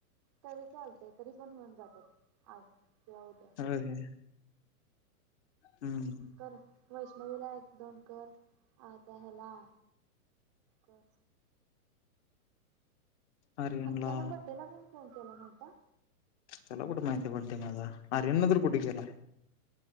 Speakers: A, on the right (about 20°); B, on the left (about 50°).
A: तरी चालते, तरी पण होऊन जातात. आज किंवा उद्या.
B: होय हम्म
A: कर वैष्णवी ला एक दोन कर आ त्या ह्याला कर
B: आर्यनला
A: आत्यानं बड्डेला पण फोन केला नव्हता
B: चला कुठे माहिती आहे बर्थडे आहे माझा आर्यननं तर कुठे केलाय